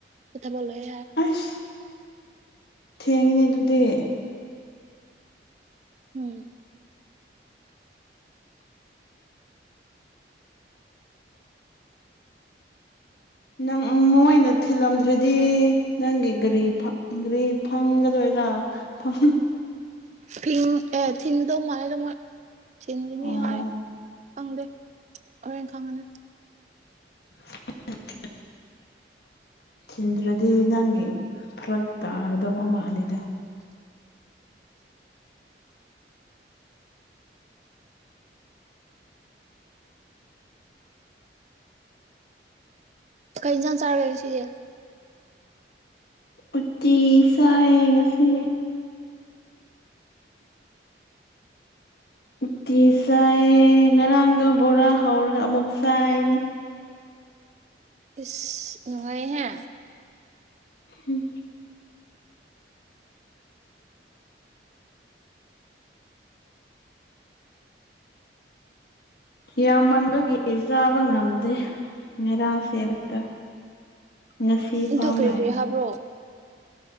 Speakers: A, on the right (about 40°); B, on the left (about 60°).
A: ꯊꯕꯛ ꯂꯣꯏꯦ ꯌꯥꯔꯦ
B: ꯑꯁ ꯊꯦꯡꯉꯤꯅꯦ ꯑꯗꯨꯗꯤ
A: ꯎꯝ
B: ꯅꯪ ꯃꯣꯏꯅ ꯊꯤꯜꯂꯝꯗ꯭ꯔꯗꯤ ꯅꯪꯒꯤ ꯒꯥꯔꯤ ꯒꯥꯔꯤ ꯐꯪꯒꯗꯣꯏꯔꯥ ꯐꯪ
A: ꯊꯤꯟ ꯑꯦ ꯊꯤꯟꯗ ꯃꯔꯦ ꯇꯃ ꯊꯤꯟꯗꯅꯤ
B: ꯑꯣ
A: ꯍꯥꯏ ꯐꯪꯗꯦ ꯍꯣꯔꯦꯟ ꯈꯪꯒꯅꯤ
B: ꯑ ꯊꯤꯟꯗ꯭ꯔꯗꯤ ꯅꯪꯒꯤ ꯐꯔꯛ ꯇꯥꯒꯗꯕ ꯃꯥꯅꯤꯗ
A: ꯀꯩ ꯏꯟꯖꯥꯟ ꯆꯥꯔꯒꯦ ꯁꯤꯁꯦ
B: ꯎꯇꯤ ꯁꯥꯏꯌꯦ ꯉꯁꯤ ꯎꯇꯤ ꯆꯥꯏ ꯉꯔꯥꯡꯒ ꯕꯣꯔꯥ ꯍꯧꯔꯒ ꯑꯃꯨꯛ ꯆꯥꯏꯅꯦ
A: ꯏꯁ ꯅꯨꯡꯉꯥꯏꯍꯦ
B: ꯎꯝ ꯌꯥꯝꯃꯟꯕꯒꯤ ꯆꯥꯕ ꯉꯝꯗꯦ ꯉꯩꯔꯥꯡ ꯁꯦꯝ ꯑꯕꯇ ꯉꯁꯤ ꯐꯥꯎ
A: ꯑꯗꯨ ꯀꯔꯤ
B: ꯂꯩ
A: ꯀꯔꯤ ꯍꯥꯞꯄ꯭ꯔꯣ